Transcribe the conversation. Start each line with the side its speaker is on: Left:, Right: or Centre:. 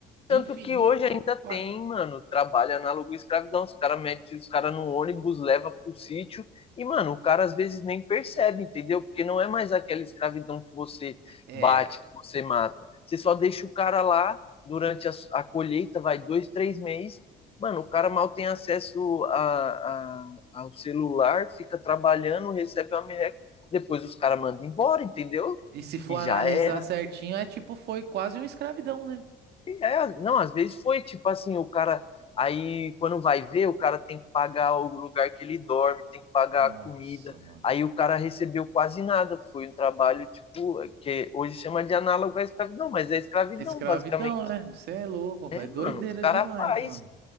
Left: Tanto
Right: infinito
Left: que hoje ainda
Right: para.
Left: tem, mano, trabalho análogo à escravidão. Os caras metem os caras no ônibus, leva pro sítio e, mano, o cara às vezes nem percebe, entendeu? Porque não é mais aquela escravidão que você
Right: É.
Left: bate, que você mata. Você só deixa o cara lá durante a, a colheita, vai dois, três meses. Mano, o cara mal tem acesso a, a, ao celular, fica trabalhando, recebe uma merreca, depois os caras mandam embora, entendeu?
Right: E se for
Left: E
Right: analisar
Left: já era.
Right: certinho, é tipo, foi quase uma escravidão, né?
Left: É, não, às vezes foi tipo assim, o cara. Aí quando vai ver, o cara tem que pagar o lugar que ele dorme, tem que pagar
Right: Nossa,
Left: a comida.
Right: mano.
Left: Aí o cara recebeu quase nada. Foi um trabalho, tipo, que hoje chama de análogo à escravidão, mas é escravidão,
Right: É Escravidão,
Left: basicamente.
Right: né? Você é louco,
Left: É,
Right: é doideira
Left: mano, os caras
Right: demais,
Left: faz,
Right: mano.